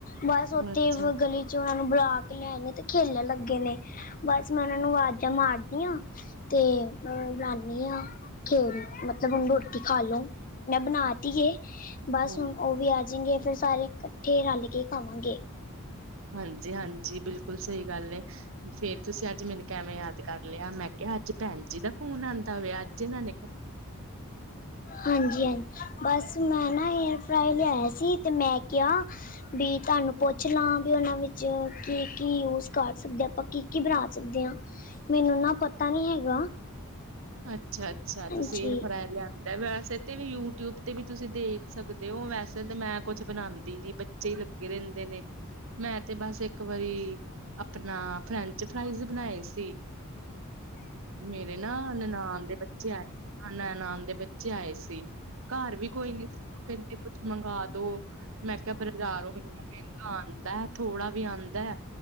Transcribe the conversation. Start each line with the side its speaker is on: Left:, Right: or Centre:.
Left: ਬਸ ਓਥੇ
Right: ਅੱਛਾ
Left: ਵ ਗਲੀ ਚ ਓਨਾ ਨੂੰ ਬੁਲਾ ਕੇ ਲਿਆਏ ਨੇ ਤੇ ਖੇਲਣ ਲੱਗੇ ਨੇ, ਬਸ ਮੈਂ ਓਨਾ ਨੂੰ ਵਾਜ਼ਾਂ ਮਾਰਦੀ ਆਂ। ਤੇ ਮੈਂ ਓਨਾ ਨੂੰ ਬੁਲਾਣੀ ਆਂ, ਖੇਲ ਮਤਲਬ ਹੁਣ ਰੋਟੀ ਖਾਲੋ। ਮੈਂ ਬਣਾ ਤੀ ਏ ਬਸ
Right: ਹਾਂਜੀ
Left: ਹੁਣ ਓਹ ਵੀ ਆਜੇਗੇ ਫੇਰ ਸਾਰੇ ਕੱਠੇ ਰਲ ਕੇ ਖਾਵਾਂਗੇ।
Right: ਹਾਂਜੀ-ਹਾਂਜੀ, ਬਿਲਕੁਲ ਸਹੀ ਗੱਲ ਏ। ਫੇਰ ਤੁਸੀਂ ਅੱਜ ਮੈਨੂੰ ਕੈਵੇਂ ਯਾਦ ਕਰ ਲਿਆ? ਮੈਂ ਕਿਆ ਅੱਜ ਭੈਣ ਜੀ ਦਾ ਫੋਨ ਆਦਾ ਪਿਐ, ਅੱਜ ਇਨਾਂ ਨੇ ਕਿ
Left: ਹਾਂਜੀ-ਹਾਂਜੀ, ਬਸ ਮੈਂ ਨਾ ਏਅਰ ਫਰਾਈ ਲਿਆਇਆ ਸੀ ਤੇ ਮੈਂ ਕਿਆ ਵੀ, ਤੁਹਾਨੂੰ ਪੁੱਛ ਲਾਂ ਕਿ ਉਹਨਾਂ ਵਿੱਚ ਕੀ-ਕੀ ਯੂਜ਼ ਕਰ ਸਕਦੇ ਆ, ਆਪਾਂ ਕੀ-ਕੀ ਬਣਾ ਸਕਦੇ ਆ? ਮੈਨੂੰ ਨਾ ਪਤਾ ਨੀ ਹੈਗਾ।
Right: ਅੱਛਾ ਅੱਛਾ,
Left: ਹਾਂਜੀ
Right: ਤੁਸੀਂ ਏਅਰਫਰਾਏ ਲਿਆ ਵੈਸੇ ਤੇ ਵੀ ਯੂਟਿਊਬ ਤੇ ਵੀ ਤੁਸੀਂ ਦੇਖ ਸਕਦੇ ਔ, ਵੈਸੇ ਤੇ ਮੈਂ ਕੁਛ ਬਣਾਦੀ ਨੀ ਚੇ ਈ ਲੱਗੇ ਰਹਿੰਦੇ ਨੇ। ਮੈਂ ਤੇ ਬਸ ਇੱਕ ਵਾਰੀ ਆਪਣਾ ਫਰੈਂਚ -ਫਰਾਈਜ਼ ਬਣਾਏ ਸੀ।
Left: ਹ
Right: ਮੇਰੇ ਨਾ ਨਨਾਣ ਦੇ ਬੱਚੇ ਆਏ ਸੀ, ਨਾਨਾਮ ਦੇ ਬੱਚੇ ਆਏ ਸੀ। ਘਰ ਵੀ ਕੋਈ ਨੀ ਕਹਿੰਦੇ ਕੁਛ ਮੰਗਾ ਦੋ। ਮੈਂ ਕਿਹਾ, ਬਜ਼ਾਰੋਂ ਮੈਂ ਆਂਦਾ ਥੋੜ੍ਹਾ ਵੀ ਆਂਦਾ।